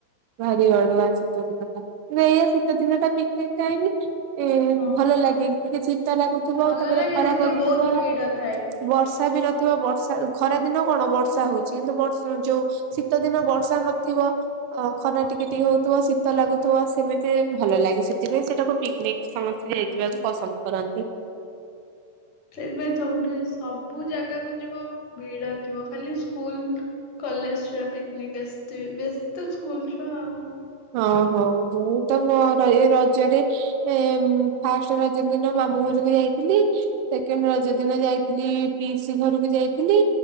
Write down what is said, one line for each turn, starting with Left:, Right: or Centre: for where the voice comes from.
Right: ଭାରି ଅଡୁଆ ଶୀତ ଦିନ ଟା ଏଇଆ ଶୀତ ଦିନ ଟା ପିକନିକ ଟାଇମ ଏ
Left: ହଁ
Right: ଭଲ ଲାଗେ ଟିକେ ଶୀତ ଲାଗୁଥିବ
Left: ଭଲ
Right: ତାପରେ
Left: ଲାଗେ
Right: ଖରା
Left: କିନ୍ତୁ
Right: ପଡୁଥିବ।
Left: ବହୁତ ଭିଡ ଥାଏ ବି।
Right: ବର୍ଷା ବି ନଥିବ ବର୍ଷା ଖରା ଦିନ କଣ ବର୍ଷା ହଉଛି କିନ୍ତୁ ବର୍ଷ ଯୋଉ ଶୀତ ଦିନ ବର୍ଷା ନଥିବ। ଅ ଖରା ଟିକେ ଟିକେ ହଉଥିବ ଶୀତ ଲାଗୁଥିବ ସେମିତି ଭଲ ଲାଗେ ସେ ସେଥିପାଇଁ ସେଇଟାମକୁ ପିକନିକ ସମସ୍ତେ ଯାଇଯିବାକୁ ପସନ୍ଦ କରନ୍ତି।
Left: ସେଇଥିପାଇଁ ସବୁଠି ସବୁ ଜାଗାକୁ ଯିବ ଭିଡ ଥିବ ଖାଲି ସ୍କୁଲ କଲେଜ ଛୁଆ ପିକନିକ ଆସିଥିବେ ବେଶୀ ତ ସ୍କୁଲ ଛୁଆ ଆଉ।
Right: ହଁ ହଉ ମୁଁ ତ ମୋ ଏ ରଜରେ ଏ ଫାଷ୍ଟ ରଜ ଦିନ ମାମୁଁ ଘରକୁ ଯାଇଥିଲି। ସେକେଣ୍ଡ ରଜ ଦିନ ଯାଇଥିଲି ପିଇସି ଘରକୁ ଯାଇଥିଲି।